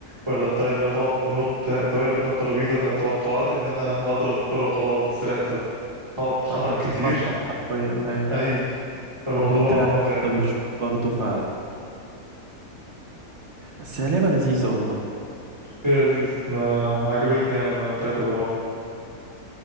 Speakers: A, on the right; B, on the right.
A: ولا الطايره اللي هو تقعد تنط لا انت واقف قدام ترابيزه فانا توقعت ان انا هضرب الكوره وخلاص بس لا انت بتقعد تتحرك
B: انت بتتنطط
A: كتير
B: حرفيا ايوه
A: ايوه فالموضوع
B: مجهود دراعك
A: متعب
B: وانت
A: يعني
B: بتشوط برضه ف بس هي لعبة لذيذة والله
A: هي لذيذ انا عجبتني يعني لما لعبتها كذا مره